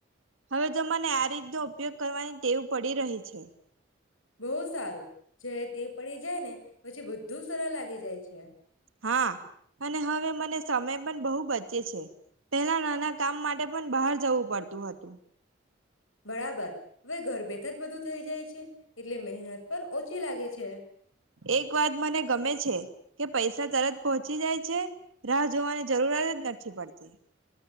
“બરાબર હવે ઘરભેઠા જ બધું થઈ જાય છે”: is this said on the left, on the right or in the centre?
Left